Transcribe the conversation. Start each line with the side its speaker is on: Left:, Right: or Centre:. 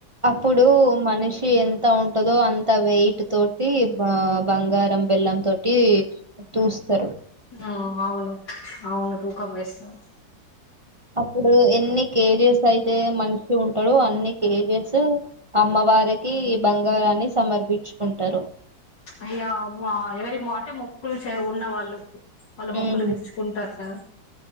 Right: అప్పుడు మనిషి ఎంత ఉంటదో, అంత వెయిట్ తోటి బ బంగారం బెల్లం తోటి చూస్తారు.
Left: ఆ అవును అవును కుఖం వేస్తాను.
Right: అప్పుడు ఎన్ని కేజెస్ అయితే మనిషి ఉంటాడో. అన్ని కేజెస్ అమ్మవారికి ఈ బంగారాన్ని సమర్పించుకుంటారు.
Left: అయ్యా ఎవరి అంటే మొక్కులు చే ఉన్నవాళ్ళు వాళ్ళు మొక్కలు
Right: ఉమ్
Left: విరుచుకుంటార